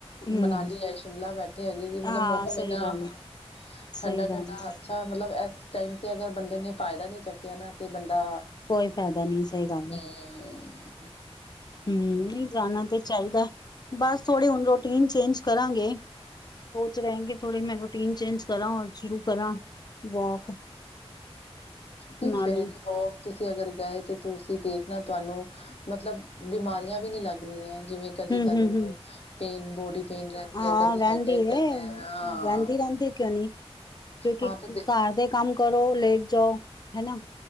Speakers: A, on the left; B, on the left.
A: ਹੂੰ
B: ਮਨਾਲੀ ਹੈ ਸ਼ਿਮਲਾ ਬੈਠੇ ਹੈਗੇ ਕਿ ਮਤਲੱਬ
A: ਹਾਂ
B: ਮੌਸਮ
A: ਸਹੀ
B: ਇੰਨਾ
A: ਗੱਲ ਹੈ
B: ਠੰਡਾ
A: ਸਹੀ
B: ਠੰਡਾ
A: ਗੱਲ ਹੈ
B: ਮਤਲੱਬ ਇਸ ਟਾਈਮ ਤੇ ਅਗਰ ਬੰਦੇ ਨੇ ਫਾਇਦਾ ਨੀ ਚੁੱਕਿਆ ਨਾ ਤੇ ਬੰਦਾ
A: ਕੋਈ ਫਾਇਦਾ ਨਹੀਂ ਸਹੀ ਗੱਲ ਹੈ।
B: ਹਮ <unintelligible>
A: ਹਮ, ਨਹੀਂ ਜਾਣਾ ਤੇ ਚਾਹੀਦਾ ਬਸ ਥੋੜੀ ਹੁਣ ਰੋਟੀਨ ਚੇਂਜ ਕਰਾਂਗੇ ਸੋਚ ਰਹੇ ਕਿ ਥੌੜੀ ਮੈਂ ਰੂਟੀਨ ਚੇਂਜ ਕਰਾਂ ਔਰ ਸ਼ੁਰੂ ਕਰਾਂ ਵੋਕ
B: ਨਹੀਂ
A: ਨਾਲੇ
B: ਸਵੇਰੇ ਦੀ ਵੋਕ ਤੁਸੀਂ ਅਗਰ ਗਏ ਤੇ ਤੁਸੀਂ ਦੇਖਣਾ ਤੁਹਾਨੂੰ ਮਤਲਬ ਬਿਮਾਰੀਆਂ ਵੀ ਨੀ ਲੱਗਦੀਆਂ ਜਿਵੇਂ। ਕਦੀ
A: ਹੂੰ
B: ਤੁਹਾਨੂੰ
A: ਹੂੰ ਹੂੰ
B: ਪੇਨ ਬੋਡੀ ਪੇਨ ਰਹਿੰਦੀ
A: ਹਾਂ
B: ਹੈ, ਕਦੀ
A: ਰਹਿੰਦੀ
B: ਹੈਡਕ ਰਹਿੰਦਾ ਹੈ
A: ਰਹਿੰਦੀ
B: ਹਾਂ?
A: ਰਹਿੰਦੀ ਕਿਉਂ ਨੀ ਕਿਉਂਕਿ
B: ਹਾਂ ਤੇ
A: ਘਰ ਦੇ ਕੰਮ ਕਰੋ ਲੇਟ ਜਾਓ ਹਨਾ